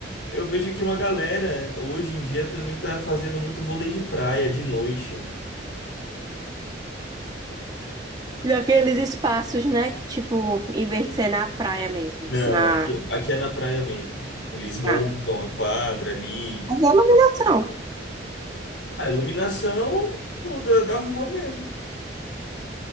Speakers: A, on the left; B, on the right.
A: eu vejo que uma galera hoje em dia também tá fazendo muito vôlei de praia de noite.
B: E aqueles espaços, né? Que tipo, em vez de ser na praia mesmo,
A: Não,
B: na,
A: aqui aqui é na praia mesmo. Eles montam
B: na,
A: a quadra ali,
B: nas iluminação.
A: a iluminação do- da, da rua mesmo.